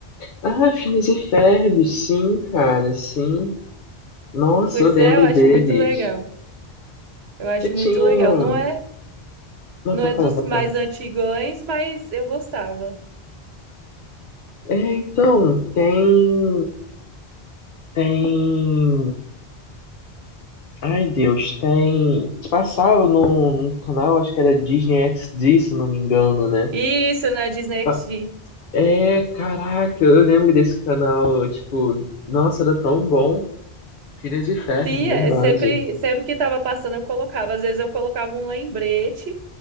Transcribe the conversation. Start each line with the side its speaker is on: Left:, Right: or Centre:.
Left: Ah, Phineas e Ferb, sim, cara, sim. Nossa,
Right: Pois
Left: eu lembro
Right: é, eu acho
Left: deles.
Right: muito legal. Eu acho
Left: Eu tinha.
Right: muito legal. Não é,
Left: Não,
Right: não
Left: pra
Right: é
Left: falar,
Right: dos
Left: pra
Right: mais
Left: falar.
Right: antigões, mas eu gostava.
Left: É, então, tem. Tem. Ai, Deus, tem. Passava num, num canal, acho que era Disney XD, se não me engano, né?
Right: Isso, na Disney
Left: Pa-
Right: XD.
Left: É, caraca, eu lembro desse canal, tipo, nossa, era tão bom. Phineas e Ferb,
Right: Sim,
Left: verdade.
Right: é é sempre, sempre que estava passando eu colocava. Às vezes eu colocava um lembrete,